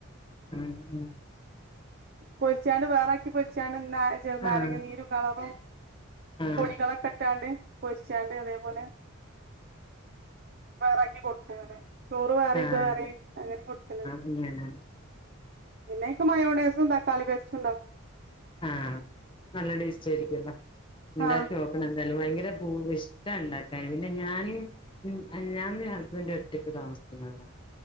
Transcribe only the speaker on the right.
പൊരിച്ചാണ്ട് വേറാക്കി പൊരിച്ചാണ്ട് ഇന്നാ ചെറുനാരങ്ങ
നീരും കളറും
പൊടികളൊക്കെ ഇട്ടാണ്ട് പൊരിച്ചാണ്ട് അതേപോലെ തയ്യാറാക്കി കൊടുക്കും അങ്ങനെ. ചോറ് വേറെയും
ഇത് വേറെയും അങ്ങനെ കൊടുക്കല്
പിന്നെഅഴിക്ക് മയോണൈസും തക്കാളി പേസ്റ്റും ഉണ്ടാ
ആഹ്